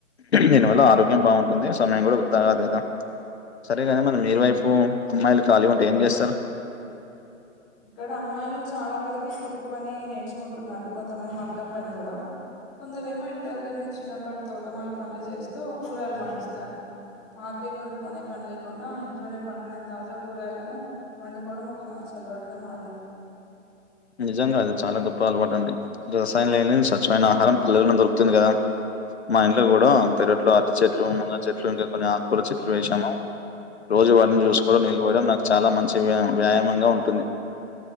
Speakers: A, on the left; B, in the centre.
A: దీనివల్ల ఆరోగ్యం బాగుంటుంది సమయం కూడా వృధా కాదు కదా సరేగానీ మరి మీరు వైపు అమ్మాయిలు ఖాళీ ఉంటే ఏం చేస్తారు
B: ఇక్కడ అమ్మాయిలు చాలా వరకు కుట్టు పని నేర్చుకుంటున్నారు కొంతమంది మ గం పని కూడా కొందర ఏమో ఇంటి దగ్గరనే చిన్నపాటి తోటమాల పనులు చేస్తూ కూరలు పండిస్తారు మార్కెట్ నుండి కొనే పని లేకుండా ఇంట్లోనే పండి తాజా కూరయలను వండుకోవడం ఒక మంచి అలవాటు ట్టుగా మారింది
A: నిజంగా అది చాలా గొప్ప అలవాటు అండి రసాయన లేని స్వచ్ఛమైన ఆహారం పల్లెలను దొరుకుతుంది కదా మా ఇంట్లో కూడా పెరొట్లో అతి చెట్లు మునగ చెట్లు ఇంకా కొన్ని ఆకుకూరా చెట్లు వేసాము రోజు వాటిని చూసుకోవడం నీళ్ళు పోయడం నాకు చాలా మంచి వ్యాయామంగా ఉంటుంది